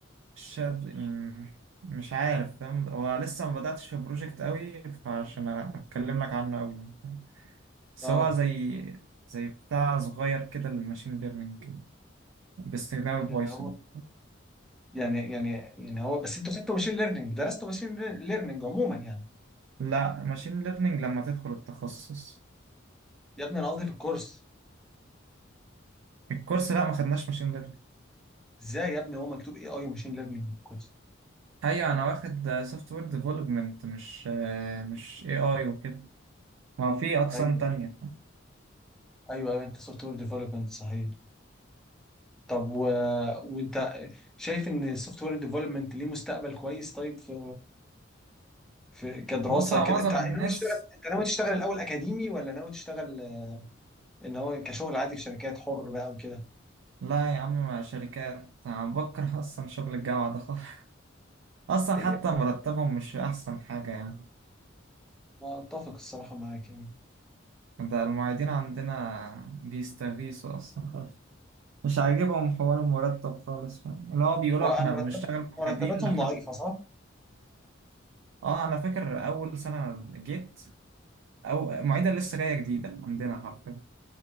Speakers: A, on the right; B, in the centre.
A: شاد يعني مش عارف فاهم هو لسه ما بدأتش في البروجكت قوي فعشان اتكلم لك عنه قوي يعني فاهم؟ بس
B: اه
A: هو زي زي بتاع صغير كده للماشين ليرنينج باستخدام البايثون
B: يعني هو يعني يعني يعني هو بس انتوا خدتوا ماشين ليرنينج درستوا ماشين ليرنينج عموما يعني
A: لا ماشين ليرنينج لما تدخل التخصص
B: يا ابني انا قصدي في الكورس
A: الكورس لا ما خدناش ماشين ليرنينج
B: ازاي يا ابني هو مكتوب اي اي وماشين ليرنينج في الكورس
A: ايوه انا واخد سوفت وير ديفلوبمنت مش آه، مش اي اي وكده ما في اقسام
B: ايوه
A: تانية
B: ايوه ايوه انت سوفت وير ديفلوبمنت صحيح طب و... وانت شايف ان السوفت وير ديفلوبمنت ليه مستقبل كويس طيب في في كدراسه
A: بص هو
B: كده
A: معظم
B: انت ناوي
A: الناس
B: تشتغل انت ناوي تشتغل الاول اكاديمي ولا ناوي تشتغل ان هو كشغل عادي في شركات حر بقى وكده
A: لا يا عم شركات أنا بكره اصلا شغل الجامعة ده خالص <laughs> اصلا
B: إيه،
A: حتى مرتبهم مش احسن حاجة يعني
B: اتفق الصراحه معاك يعني
A: ده المعيدين عندنا بيستغيثوا اصلا خالص. مش عاجبهم حوار المرتب خالص فاهم اللي هو بيقولوا
B: هو
A: احنا
B: مرتب
A: بنشتغل معيدين
B: مرتباتهم
A: لحد
B: ضعيفه صح؟
A: اه انا فاكر اول سنة جيت او معيدة لسه جاية جديدة عندنا حرفيا